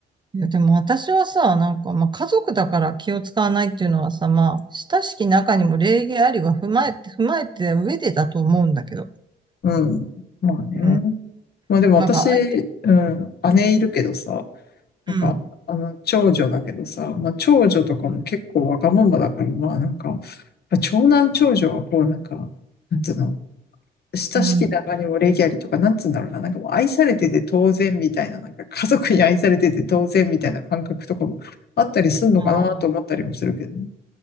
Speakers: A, on the right; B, on the left.
A: いや、でも私はさ、なんか、まあ、家族だから気を使わないっていうのはさ、まあ、親しき中にも礼儀ありは踏まえて、踏まえて上でだと思うんだけど。
B: うん。まあね。
A: うん。
B: まあでも私、
A: なんか、あい
B: うん、姉いるけどさ、なんか、
A: うん。
B: あの、長女だけどさ、まあ、長女とかも結構わがままだから、まあ、なんか、長男長女はこう、なんか、なんつうの、親しき中にも礼儀ありとか、
A: うん。
B: なんつうんだろうな、なんかもう愛されてて当然みたいな、なんか家族に愛されてて当然みたいな感覚とかもあったりすんのかなと思ったりもするけどね。
A: あー